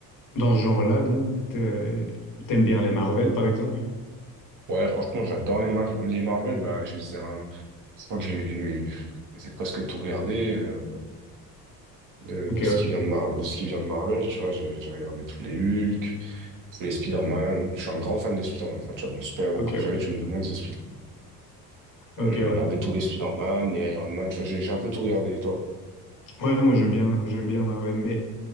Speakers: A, on the left; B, on the right.
A: Dans ce genre-là, donc, t'es- t'aimes bien les Marvel, par exemple?
B: Ouais, franchement, j'adore les, Mar- les Marvel. Bah, je les ai un- Je crois que j'ai j'ai- j'ai presque tout regardé euh, de,
A: Ok,
B: de ce
A: ouais.
B: qui vient de, Mar- de ce qui vient de Marvel, tu vois. J'ai j'ai regardé tous les Hulk, tous les Spider-Man. Je suis un grand fan de Spider-Man. Tu vois, mon super-héros
A: Ok,
B: préféré,
A: ouais.
B: tu me demandes, c'est Spider-Man.
A: Ok,
B: Euh, j'ai
A: ouais.
B: regardé tous les Spider-Man, les Iron Man, tu vois, j'ai j'ai un peu tout regardé. Et toi?
A: Ouais, moi, j'aime bien, j'aime bien Marvel, mais